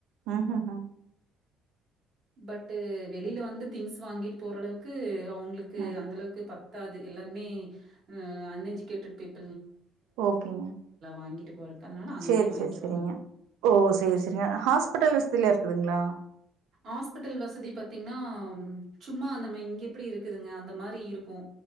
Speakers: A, on the right; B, on the right.
A: ம்ஹும்
B: பட்டு வெளியில வந்து திங்ஸ் வாங்கிட்டு போற அளவுக்கு அவ ங்களுக்கு
A: ம்
B: அந்த அளவுக்கு ப த்தாது எல்லாருமே ஆ அன்எஜுகேட்டட் பீப்
A: ஓகேங்க
B: வாங்கிட்டு போறக்கு. அதனால அங்கேயே
A: சேரி
B: வாங்கிக்குவாங்க.
A: சேரி சேரிங்க ஓ சேரி சேரிங்க அ ஹாஸ்பிட்டல் வசதிலா இருக்குதுங்களா?
B: ஆஸ்பிட்டல் வசதி பாத்தீங்ன்னா சும்மா நம்ம இங்க எப்பிடி இருக்குதுங்க அந்த மாரி இருக்கு